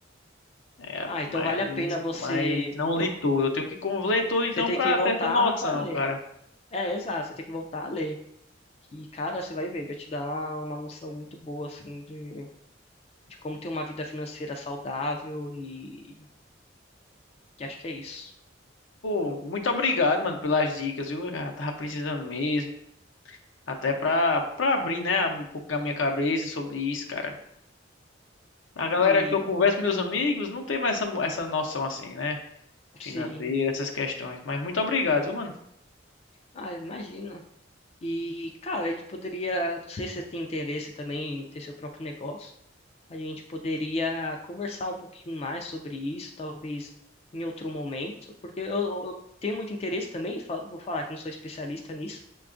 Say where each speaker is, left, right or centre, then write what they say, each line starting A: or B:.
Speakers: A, on the left (about 70°); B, on the left (about 30°).
A: é,
B: Ah,
A: mas
B: então vale a pena você.
A: mas não
B: eu
A: li todo. Eu tenho que con- ler todo então
B: Você tem
A: pra
B: que voltar
A: ter essa noção,
B: para ler.
A: cara.
B: É, exato, você tem que voltar a ler. E, cara, você vai ver, vai te dar uma noção muito boa, assim, de, de como ter uma vida financeira saudável e, e acho que é isso.
A: Pô, muito obrigado, mano, pelas dicas, viu? Cara, tava precisando mesmo. Até pra, pra abrir, né, um pouco a minha cabeça sobre isso, cara. A galera
B: E,
A: que eu converso, meus amigos, não tem mais essa, essa noção assim, né? Financeira,
B: sim,
A: essas questões. Mas muito obrigado, viu, mano?
B: ah, imagina. E, cara, a gente poderia, não sei se você tem interesse também em ter seu próprio negócio, a gente poderia conversar um pouquinho mais sobre isso, talvez em outro momento, porque eu, eu tenho muito interesse também, fa- vou falar que não sou especialista nisso,